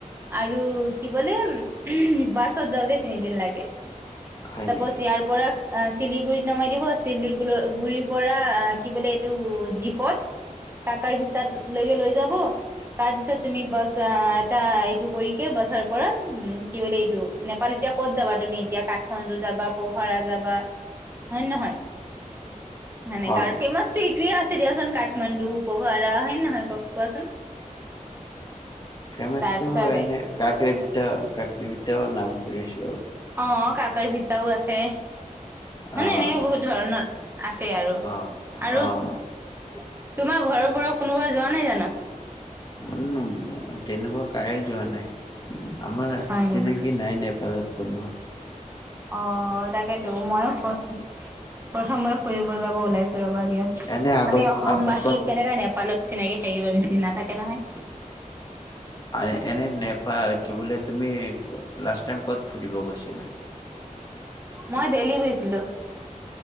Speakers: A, on the right (about 15°); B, on the left (about 30°).
A: আৰু কি বোলে উ বাছত যাওঁতে তিনিদিন লাগে।
B: হয়
A: চাপজ
B: নেকি
A: ইয়াৰ পৰা অ' শিলিগুড়িত নমাই দিব শিলি গুড়িৰ পৰা কি বোলে এইটো জীপত, কাকাৰ ভিতত লৈকে লৈ যাব তাৰ পিছত তুমি বাছ এটা এইটো কৰিকে বাছৰ পৰা উম, কি বোলে এইটো নেপাল এতিয়া ক'ত যাবা তুমি। <unintelligible> কাঠমাণ্ডু যাবা পোহৰা যাবা। হয় ন নহয়। ন নাই
B: হয়
A: কাৰ ফেমছটো এইটোৱে আছে দিয়াচোন কাঠমাণ্ডু উপহাৰা হয় নে নহয় কওঁক কোৱাচোন?
B: ফেমাচটো
A: তাৰ পিছতে
B: এনে কাক্ৰি বিদ্যা, কাক্ৰি বিদ্যাও নাম দুইশ
A: অ' কাক্ৰি বিদ্যাও আছে। মানে
B: আহ
A: এনেকে বহুত ধৰণৰ আছে আৰু।
B: আহ
A: আৰু
B: আহ
A: তোমাৰ ঘৰৰ পৰাওঁ কোনোবা যোৱা নাই জানো?
B: উম্, তেনেকুৱা কায়ে যোৱা নাই। আমাৰ
A: হয়
B: চিনাকি
A: নেকি?
B: নাই নেপালত কোনোৱে।
A: অ' তাকেতো মইয়ো ফোন প্ৰথমবাৰ ফুৰিব যাব ওলাইছো ৰ'বা দিয়াচোন।
B: এনে আগত
A: আমি অসমবাসী
B: আগত ক'ত
A: কেনেকে নেপালত চিনাকি থাকিব বেছি, নাথাকে নহয়।
B: অ' এনে নেপায়, কি বুলে তুমি লাষ্ট টাইম ক'ত ফুৰিব গৈছিলা?
A: মই দেলি গৈছিলোঁ।